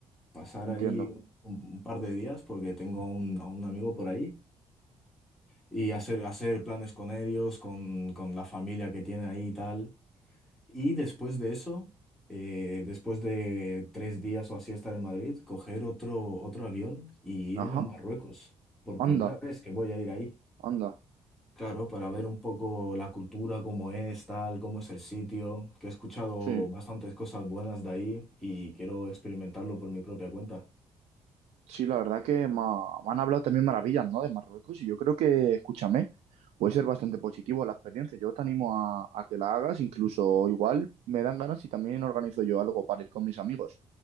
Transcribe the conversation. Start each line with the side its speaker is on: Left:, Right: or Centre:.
Centre: pasar
Right: entiendo.
Centre: ahí un, un par de días porque tengo a un, a un amigo por ahí y hacer, hacer planes con ellos, con, con la familia que tiene ahí y tal. Y después de eso, eh, después de tres días o así estar en Madrid, coger otro, otro avión y
Right: Ajá,
Centre: irme a Marruecos. Por
Right: anda,
Centre: primera vez que voy a ir ahí.
Right: anda.
Centre: Claro, para ver un poco la cultura, cómo es, tal, cómo es el sitio, que he escuchado
Right: Sí.
Centre: bastantes cosas buenas de ahí y quiero experimentarlo por mi propia cuenta.
Right: Sí, la verdad que me, ha- me han hablado también maravillas, ¿no? De Marruecos y yo creo que, escúchame, puede ser bastante positivo la experiencia. Yo te animo a, a que la hagas, incluso igual me dan ganas y también organizo yo algo para ir con mis amigos.